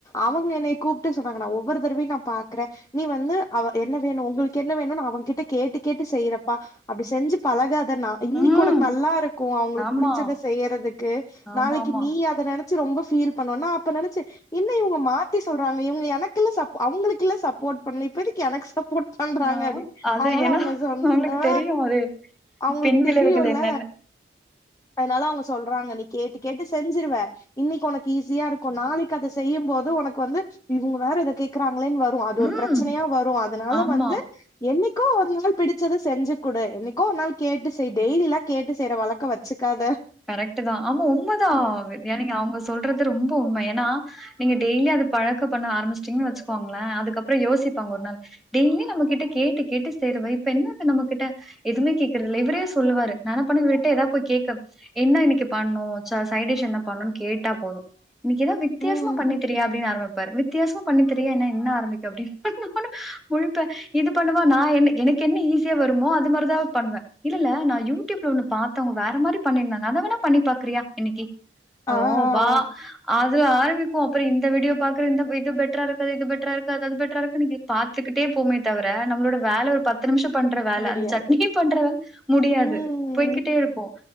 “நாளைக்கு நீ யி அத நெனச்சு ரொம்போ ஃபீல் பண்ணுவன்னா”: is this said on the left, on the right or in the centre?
Left